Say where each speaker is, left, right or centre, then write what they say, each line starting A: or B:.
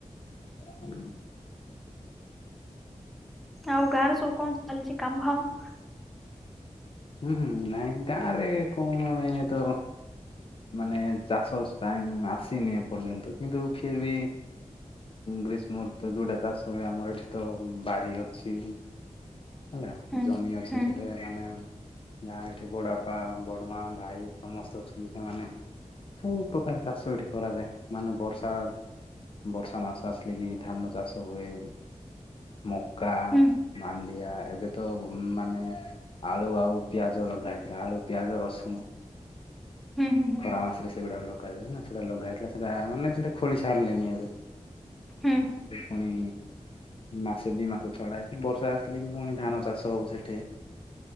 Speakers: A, on the left; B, in the centre.
A: ହୁଁ।
B: ଆଉ ଗାଁରେ ସବୁ କଣ ଚାଲିଛି କାମ ଫାମ?
A: ହୁଁ ହୁଁ ନାଇଁ ଗାଁରେ କଣ ଏଇନେ ତ ମାନେ ଚାଷ ଟାଇମ୍ ଆସିନି ଏ ପର୍ଯ୍ୟନ୍ତ କିନ୍ତୁ ଫିର୍ ବି ଗ୍ରୀଷ୍ମଋତୁ ଯୋଉଟା ଚାଷ ହୁଏ ଆମର ଏଠି ତ ବାରି ଅଛି। ହେଲା
B: ହୁଁ
A: ଜମି ଅଛି
B: ହୁଁ
A: ସେଠି ମାନେ ଗାଁ ରେ ଏଠି ବଡ ବାପା ବଡ ମା ଭାଇ ସମସ୍ତେ ଅଛନ୍ତି ସେମାନେ ସବୁ ପ୍ରକାର ଚାଷ ଏଠି କରାଯାଏ ମାନେ ବର୍ଷା ବର୍ଷା ମାସ ଆସିଲେ କି ଧାନ ଚାଷ ହୁଏ। ମକା
B: ହୁଁ
A: ମା ଆ ଏବେ ତ ମାନେ ଆଳୁ ଆଉ ପିଆଜ ଲଗା ହେଇଥିଲା ଆଳୁ ପିଆଜ ରସୁଣ।
B: ହୁଁ ହୁଁ ହୁଁ
A: ଖରା ମାସରେ ସେଗୁଡା ଲଗାାଯଏ ନା ସେଟା ଲଗା ହେଇଥିଲା ସେଟମାନେ ସେଟା ଖୋଳି ସାରିଲେଣି ଏବେ
B: ହୁଁ
A: ପୁଣି ମାସେ ଦି ମାସ ଛଡା ହେଇଛି ବର୍ଷା ଆସିଲେ କି ପୁଣି ଧାନ ଚାଷ ହବ ସେଠି।